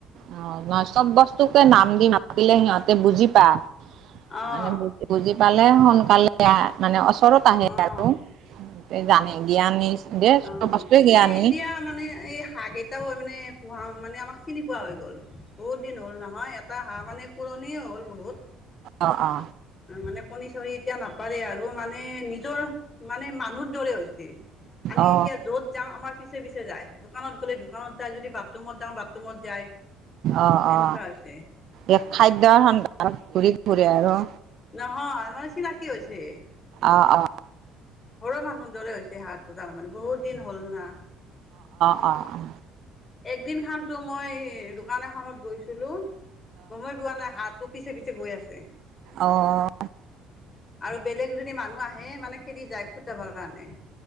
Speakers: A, on the right (about 65°); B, on the left (about 30°).
A: অহ ন চব বস্তুকে নাম দি মাতিলে সিহঁতে বুজি বা <unintelligible>
B: অঁ
A: মানে বু বুজি পালে সোনকালে মানে ওচৰত আহে
B: অঁ
A: আৰু জানে জ্ঞানী। দে চব
B: অহ
A: বস্তুৱে
B: এনে
A: জ্ঞানী
B: এতিয়া মানে এই হাঁহ কেইটাও মানে পোহাৰ মানে আমাক চিনি পোৱা হৈ গ'ল। বহুত দিন হ'ল নহয় এটা হাঁহ মানে পুৰণি হ'ল বহুত
A: অ অ
B: মানে কণী চনি এতিয়া নাপাৰে আৰু মানে নিজৰ মানে মানুহৰ দৰে হৈছে। আমি
A: অ
B: এতিয়া যত যাওঁ আমাৰ পিছে পিছে যায়, দোকানত গ'লে দোকানত যায় যদি বাথৰুমত যাওঁ বাথৰুমত যায়।
A: অ
B: এনেকুৱা
A: অ
B: হৈছে
A: এই খাদ্যৰ সন্ধানত ঘূৰি ফুৰে আৰু।
B: অ <unintelligible> চিনাকি হৈছে।
A: অ অ
B: ঘৰৰ মানুহৰ দৰে হৈছে হাঁহটো তাৰমানে বহুত দিন হ'ল না।
A: অঁহ অঁহ
B: একদিন খান তো মই দোকান এখনত গৈছিলো গমেই পোৱা নাই হাত তোৰ পিছে পিছে বৈ আছে
A: অহ
B: আৰু বেলেগ যদি মানুহ আহে মানে খেদি যায় খুটাবৰ কাৰণে-